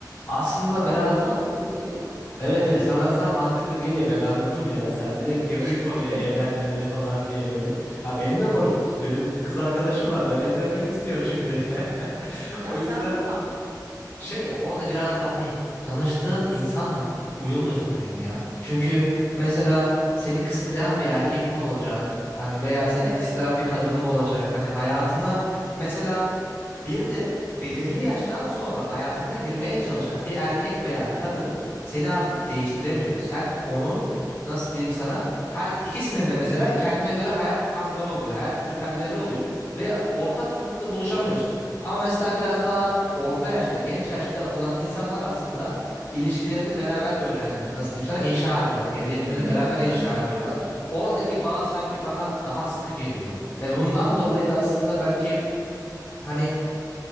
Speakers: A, on the left; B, on the right.
A: Aslında
B: Ha
A: biraz
B: bana da mantıklı
A: da-
B: geliyor.
A: evet evet sana azdan mantıklı geliyor ben anladım ya. Sen direkt girdin
B: <laughs>
A: konuya evlenmemeli falan diye böyle. Ha, beni de korkuttun. Benim kız arkadaşım var. Ben evlenmek istiyorum şimdi. <laughs>
B: Ya
A: O yüzden
B: sen tamam.
A: Şey ya orada biraz da hani tanıştığın insanla uyum da çok önemli ya. Çünkü mesela seni kısıtlayan bir erkek mi olacak? Hani veya seni
B: Evet.
A: kısıtlayan bir kadın mı olacak? Hani hayatını mesela bir de belirli yaştan sonra hayatına girmeye çalışan bir erkek veya kadın seni artık değiştiremiyor. Sen onu nasıl diyeyim sana her ikisinin de mesela kendine göre hayat tarzları oluyor, hayat kriterleri oluyor ve ortak noktada buluşamıyorsun. Ama mesela biraz daha orta yaşta, genç yaşta olan insanlar aslında ilişkilerini beraber böyle hani nasıl diyeyim sana inşa ediyorlar. Geleceklerini
B: Hı hı
A: beraber
B: hı.
A: inşa
B: hı.
A: ediyorlar. Oradaki bağ sanki bana daha sıkı geliyor. Ve bundan dolayı da aslında belki hani